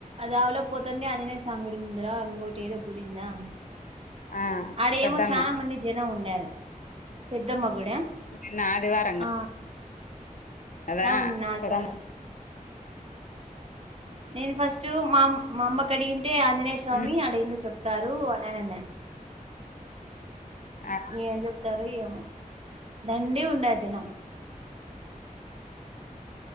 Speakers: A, on the right; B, on the left.
A: దావలో పోతుండి అంజనేయ సాంగడి ముందర ఇంకోటి ఏదో గుడిందా
B: ఆ
A: ఆడేమో
B: పెద్దమ్మ
A: చానా మంది జనం ఉన్నారు పెద్దమ్మ గుడి
B: నిన్న ఆదివారం
A: ఆ
B: కదా
A: అవును నిన్న ఆదివారం
B: పెద్దమ్మ
A: నేను ఫస్ట్ మా మా అమ్మ కి అడిగింటే ఆంజనేయ స్వామి
B: ఉమ్
A: అడేందో చెప్తారు అని అనిన్న
B: ఆ
A: ఏం చెప్తారు ఏమో దండిగ ఉన్నారు జనం